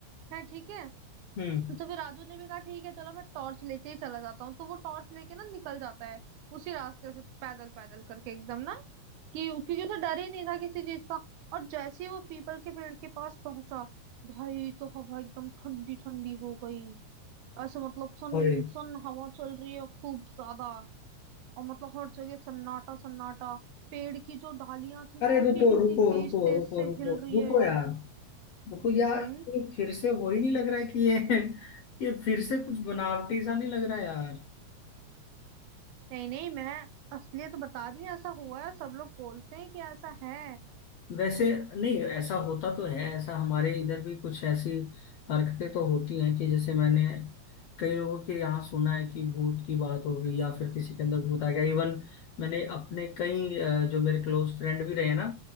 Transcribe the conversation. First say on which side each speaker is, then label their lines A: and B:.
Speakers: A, on the right; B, on the left.
A: है ठीक है
B: हम्म
A: तो फिर राजू ने भी कहा ठीक है चलो मैं टॉर्च लेके ही चला जाता हूँ तो वो टॉर्च लेके ना निकल जाता है उसी रास्ते से पैदल पैदल करके एकदम ना कि क्योंकि उसे डर ही नहीं था किसी चीज का और जैसे ही वो पीपल के पेड़ के पास पहुंचा भाई तो हवा एकदम ठंडी ठंडी हो गई ऐसे मतलब सन
B: अरे
A: सन हवा चल रही है खूब ज्यादा और मतलब हर जगह सन्नाटा सन्नाटा पेड़ की जो डालियां थी ना
B: अरे
A: उसकी
B: रुको
A: इतनी
B: रुको
A: तेज
B: रुको
A: तेज
B: रुको
A: से
B: रुको
A: हिल रही
B: रुको
A: है
B: यार रुको यार
A: हम्म
B: ये फिर से वही नहीं लग रहा है कि ये <laughs> ये फिर से कुछ बनावटी सा नहीं लग रहा है यार
A: नहीं नहीं मैं असलियत बता रही हूँ ऐसा हुआ है सब लोग बोलते हैं कि ऐसा है
B: वैसे नहीं ऐसा होता तो है ऐसा हमारे इधर भी कुछ ऐसी हरकतें तो होती हैं कि जैसे मैंने कई लोगों के यहाँ सुना है कि भूत की बात हो गई या फिर किसी के अंदर भूत आ गया इवन मैंने अपने कई अ, जो मेरे क्लोज फ्रेंड भी रहे ना